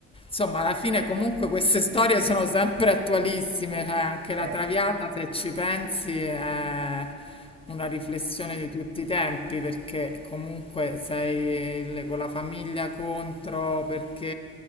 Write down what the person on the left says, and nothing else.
Insomma, alla fine comunque queste storie
sono sempre attualissime, cioè anche
la Traviata, se ci pensi, è una riflessione
di tutti i tempi, perché comunque sei il- con la famiglia contro, perché